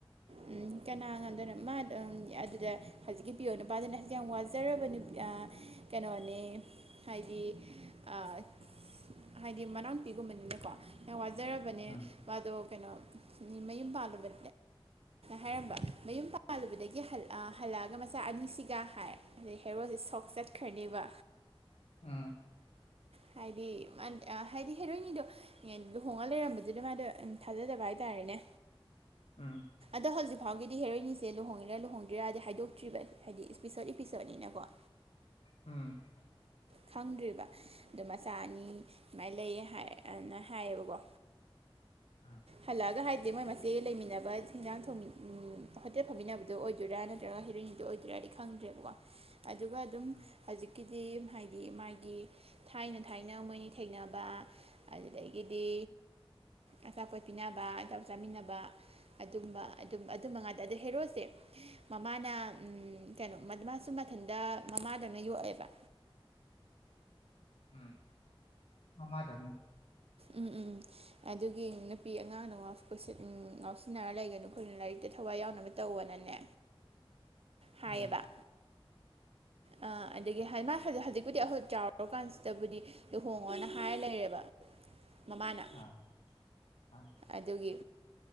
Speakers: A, on the right (about 75°); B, on the left (about 85°).
A: ꯎꯝ ꯀꯅꯥꯒꯗꯔ ꯃꯥ ꯑꯝ ꯑꯗꯨꯗ ꯍꯖꯤꯛꯀꯤ ꯄꯤꯌ‌ꯣꯟ ꯅꯨꯄꯥꯖꯤꯅ ꯌꯥꯝ ꯋꯖꯔꯕ ꯅ‌ꯦ ꯑꯥ ꯀ‌ꯦꯅꯣꯅꯦ ꯍꯥꯏꯗꯤ ꯑꯥ ꯍꯥꯏꯗꯤ ꯃꯅꯥꯎ ꯅꯨꯄꯤ ꯒꯨꯝꯕꯅꯤꯅꯀꯣ ꯌꯥꯝ ꯋꯥꯖꯔꯕꯅꯦ
B: ꯎꯝ
A: ꯃꯥꯗꯣ ꯀꯩꯅꯣ ꯃꯌꯨꯝ ꯄꯥꯜꯂꯨꯕ ꯍꯥꯏꯔꯝꯕ ꯃꯌꯨꯝ ꯄꯥꯜꯂꯨꯕꯗꯒꯤ ꯍꯜ ꯑꯥ ꯍꯂꯑꯒ ꯃꯆꯥ ꯑꯅꯤꯁꯤꯒ ꯍꯥꯏ ꯑꯗꯩ ꯍꯦꯔꯣ ꯖ‌ꯦ ꯁꯣꯛ ꯆꯠꯈ꯭ꯔꯅꯦꯕ
B: ꯎꯝ
A: ꯍꯥꯏꯗꯤ ꯃꯥꯟ ꯑꯥ ꯍꯥꯏꯗꯤ ꯍꯦꯔꯣꯏꯅꯤꯗꯣ ꯌ‌ꯦꯟ ꯂꯨꯍꯣꯡꯉ ꯂꯩꯔꯝꯕꯗꯨꯗ ꯃꯥꯗꯣ ꯊꯥꯖꯗꯕ ꯍꯥꯏꯇꯥꯔꯦꯅꯦ
B: ꯎꯝ
A: ꯑꯗꯣ ꯍꯧꯖꯤꯛ ꯐꯥꯎꯒꯤꯗꯤ ꯍꯦꯔꯣꯏꯅꯤꯁꯦ ꯂꯨꯍꯣꯡꯉꯤꯔꯥ ꯂꯨꯍꯣꯡꯗꯔꯤꯔꯗꯤ ꯍꯥꯏꯗꯣꯛꯇ꯭ꯔꯤꯕ ꯍꯥꯏꯗꯤ ꯏꯁꯄꯤꯁ‌ꯣꯠ ꯏꯄꯤꯁꯣꯠꯅꯤꯅꯀꯣ
B: ꯎꯝ
A: ꯈꯪꯗ꯭ꯔꯤꯕ ꯗ‌ꯣ ꯃꯆꯥ ꯑꯅꯤ ꯁꯨꯃꯥꯏ ꯂꯩꯌꯦ ꯍꯥꯏꯅ ꯍꯥꯏꯌꯦꯕꯀꯣ
B: ꯎꯝ
A: ꯍꯂꯥꯑꯒ ꯍꯥꯏꯗꯤ ꯃꯣꯏ ꯃꯆ‌ꯦ ꯂꯩꯃꯤꯟꯅꯕ ꯍꯤꯟꯖꯥꯡ ꯊꯣꯡꯃꯤꯟ ꯍꯣꯇꯦꯜ ꯐꯃꯤꯟꯅꯕꯗꯣ ꯑꯣꯏꯗꯣꯏꯔꯥ ꯅꯠꯇ꯭ꯔꯒ ꯍ‌ꯦꯔꯣꯏꯅꯤꯗꯨ ꯑꯣꯏ ꯗꯨꯔꯗꯤ ꯈꯪꯗ꯭ꯔꯦꯕꯀꯣ ꯑꯗꯨꯒ ꯑꯗꯨꯝ
B: ꯎꯝ
A: ꯍꯖꯤꯛꯀꯤ ꯗꯤꯝ ꯍꯥꯏ ꯗꯤ ꯃꯥꯒꯤ ꯊꯥꯏꯅ ꯊꯥꯏꯅ ꯃꯣꯏꯅꯤ ꯊꯦꯡꯅꯕ ꯑꯗꯨꯗꯒꯤꯗꯤ ꯑꯆꯥꯄꯣꯠ ꯄꯤꯅꯕ <unintelligible> ꯆꯥꯃꯤꯟꯅꯕ ꯑꯗꯨꯝꯕ ꯑꯗꯨꯝ ꯇꯨꯝꯕ ꯉꯥꯇ ꯗ ꯍꯦꯔꯣꯁꯦ ꯃꯃꯥꯅ ꯎꯝ ꯀꯅꯣ ꯃꯥꯁꯨ ꯃꯊꯟꯗ ꯃꯃꯥꯗ‌ꯪꯅ ꯌꯣꯛꯑꯦꯕ
B: ꯎꯝ ꯃꯥꯃꯥ ꯗꯪꯅ
A: ꯎꯝ ꯎꯝ ꯑꯗꯨꯒꯤ ꯅꯨꯄꯤ ꯑꯉꯥꯡꯅ <unintelligible> ꯉꯥꯎꯁꯤꯟꯅꯔ ꯂꯩꯒꯅꯨ ꯈꯣꯏꯅ ꯂꯥꯏꯔꯤꯛꯇ ꯊꯋꯥꯏ ꯌꯥꯎꯅꯕ ꯇꯧ ꯑꯅꯥꯅꯦ ꯍꯥꯏꯌꯦꯕ
B: ꯎꯝ
A: ꯑꯥ ꯑꯗꯒꯤ ꯍꯥꯏꯃꯥ ꯍꯖꯤꯛ ꯍꯖꯤꯛꯄꯨꯗꯤ ꯑꯈꯣꯏ ꯆꯥꯎꯔ ꯀꯥꯟꯁꯤꯗꯕꯨꯗꯤ ꯂꯨꯍꯣꯡꯉꯣꯅ ꯍꯥꯏꯔ ꯂꯩꯔꯦꯕ ꯃꯃꯥꯅ
B: ꯑ ꯑ
A: ꯑꯗꯨꯒꯤ